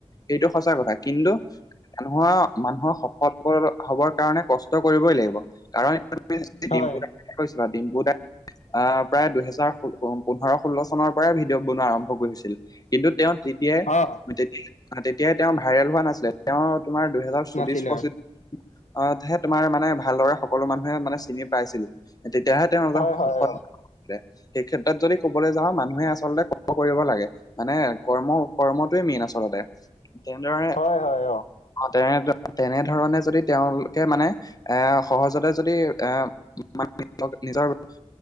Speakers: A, on the left; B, on the left.
A: এইটো সঁচা কথা কিন্তু মানুহৰ-মানুহৰ সফল হবৰ কাৰণে কষ্ট কৰিবই লাগিব কাৰণ
B: হয়
A: ডিম্পু দাই <unintelligible> ডিম্পু দাই আহ প্ৰায় দুহেজাৰ ষুল পোন্ধৰ ষোল্ল চনৰ পৰাই ভিডিঅ' বনোৱা আৰম্ভ কৰিছিল, কিন্তু তেওঁ তেতিয়াই
B: অ
A: তেতিয়াই মানে তেতিয়াই তেওঁ ভাইৰেল হোৱা নাছিলে তেওঁ তোমাৰ দুহেজাৰ চৌবিশ
B: নাছিলে
A: পঁচিশ
B: অ
A: অ', তোমাৰ মানে ভালদৰে সকলো মানুহে মানে চিনি পাইছিল, তেতিয়াহে তেওঁ
B: হয় হয়
A: সফল
B: অ
A: সেই ক্ষেত্ৰত যদি কবলৈ যাওঁ মানুহে আচলতে <unintelligible> কৰিব লাগে মানে কৰ্ম-কৰ্মটোৱে মেইন আচলতে, তেনেদৰে
B: হয় হয়
A: অ', তেনে তেনেধৰণে যদি তেওঁলোকে মানে এ সহজতে যদি এ, <unintelligible>